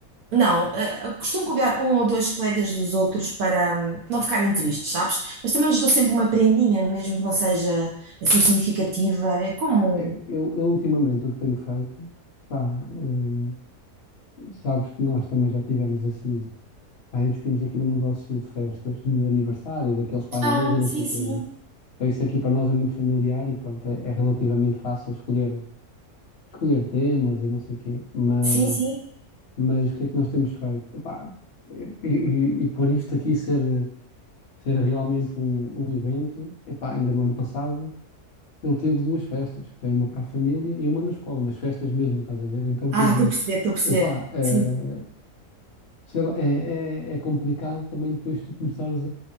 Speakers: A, on the right; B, on the left.
A: Não, eh, costumo convidar um ou dois colegas dos outros para hum, não ficarem tristes, sabes? Mas também lhes dou sempre uma prendinha, mesmo que não seja assim significativa. É como.
B: Pá, eu, eu, eu ultimamente o que tenho feito, pá, hum, sabes que nós também já tivemos aqui, pá, investimos aqui num negócio de festas, de aniversário, daqueles painéis
A: Ah,
B: e não
A: sim,
B: sei o quê,
A: sim.
B: né? Então isso aqui para nós é muito familiar e pronto, é, é relativamente fácil escolher escolher temas e não sei o quê, mas,
A: Sim, sim.
B: mas o que é que nós temos feito? Epá, e, e, e por isto aqui ser, ser realmente um, um evento, epá, ainda no ano passado ele teve duas festas, veio uma para a família e uma na escola, mas festas mesmo, estás a ver? Então quer
A: Ah,
B: dizer,
A: estou a perceber, estou a perceber.
B: epá, eh,
A: Sim.
B: sei lá, é, é, é complicado também depois tu começares